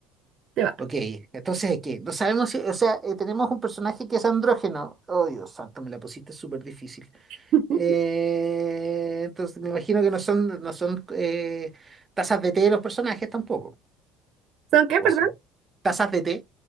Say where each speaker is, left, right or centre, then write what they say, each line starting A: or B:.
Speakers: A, on the right (about 60°); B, on the right (about 20°).
A: Te va.
B: Ok, entonces, ¿qué? No sabemos si, o sea, eh, tenemos un personaje que es andrógeno. Oh, Dios santo, me la pusiste súper difícil.
A: <laughs>
B: Eh, entonces, me imagino que no son, no son eh, tazas de té de los personajes tampoco.
A: ¿Son qué, perdón?
B: ¿O sí? ¿Tazas de té?